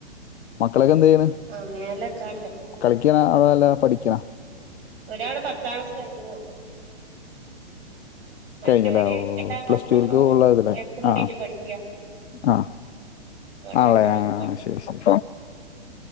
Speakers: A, on the left (about 75°); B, on the right (about 60°).
A: മക്കളൊക്കെ എന്തെയ്യെണ്
B: ആഹ് മേലെ ക്കാണ്ട്
A: കളിയ്ക്കാണൊ അതോ അല്ല പഠിയ്ക്കാണോ
B: ഒരാള് പത്താം ക്ലാസ് കയ്ഞ്ഞു മറ്റോര്
A: കയ്ഞ്ഞുലെ ഓ
B: രണ്ടാം ക്ലാസ്സില്
A: പ്ലസ് ടൂൽക്ക് ഫോളോ ചെയ്ത് ലെ
B: എട്ടുള്ളതായിട്ട്
A: ആഹ് ആഹ്
B: പഠിക്കാ
A: ആഹ് ആഹ്
B: പ്ലസ്‌വൺ
A: ആണ്
B: ആ
A: ലെ
B: പ്ലസ്‌വൺ
A: ആഹ് ശരി ശരി